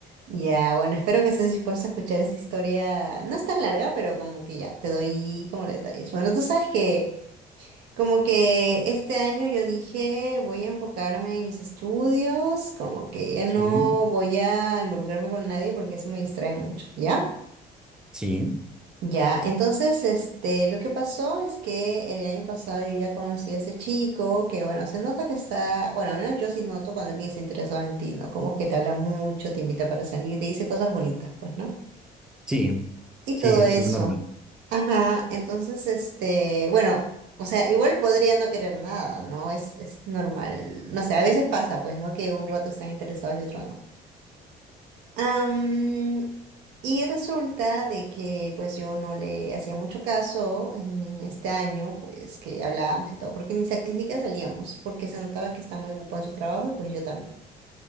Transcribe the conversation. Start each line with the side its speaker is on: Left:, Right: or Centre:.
Right: Ya, bueno, espero que estés dispuesto a escuchar esa historia. No es tan larga, pero como que ya, te doy como detalles. Bueno, tú sabes que... Como que este año yo dije, voy a enfocarme en mis estudios, como que ya
Centre: sí.
Right: no voy a involucrarme con nadie porque eso me distrae mucho, ¿ya?
Centre: Sí,
Right: Ya, entonces, este, lo que pasó es que el año pasado yo ya conocí a ese chico que, bueno, se nota que está, bueno, al menos yo sí noto cuando alguien está interesado en ti, ¿no? Como que te habla mucho, te invita para salir, te dice cosas bonitas, pues, ¿no?
Centre: sí,
Right: y
Centre: sí,
Right: todo
Centre: es
Right: eso.
Centre: lo normal.
Right: Ajá, entonces, este, bueno, o sea, igual podría no querer nada, ¿no? Es, es normal. No sé, a veces pasa, pues, ¿no? Que un rato están interesados y otro no. Am, y resulta de que pues yo no le hacía mucho caso en, en este año, pues que hablábamos y todo, porque ni, sa- ni siquiera salíamos, porque se notaba que está muy ocupado en su trabajo y pues yo también.